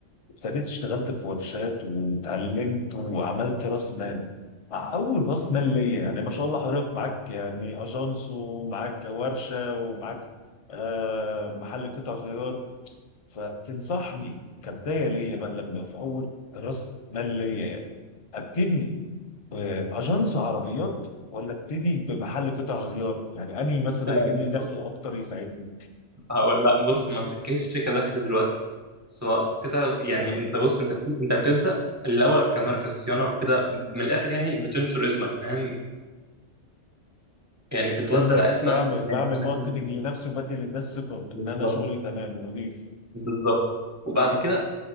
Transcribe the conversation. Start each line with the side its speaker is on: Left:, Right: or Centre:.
Left: ابتديت اشتغلت في ورشات واتعلمت وعملت راس مال مع اول راس مال ليا يعني ما شاء الله حضرتك معاك يعني اجانس ومعاك ورشه ومعاك آه محل قطع غيار فتنصحني كبدايه ليا بقى لما في اول راس مال ليا يعني ابتدي باجانس عربيات ولا ابتدي بمحل قطع غيار يعني انهي مثلا
Right: لا لا
Left: هيجيب لي دخل
Right: بص
Left: اكتر يساعدني
Right: هقول لا بص ما تركزش كدخل دلوقتي سواء قطع يعني
Left: تمام
Right: انت بص انت انت بتبدا الاول كماركه صيانه وكده من الاخر يعني بتنشر اسمك فاهم يعني بتوزع
Left: فهمتك
Right: اسمك
Left: بعمل
Right: على الناس
Left: بعمل
Right: فاهم
Left: ماركتنج لنفسي وبدي للناس ثقه
Right: بالظبط
Left: ان انا شغلي تمام نظيف
Right: بالظبط وبعد كده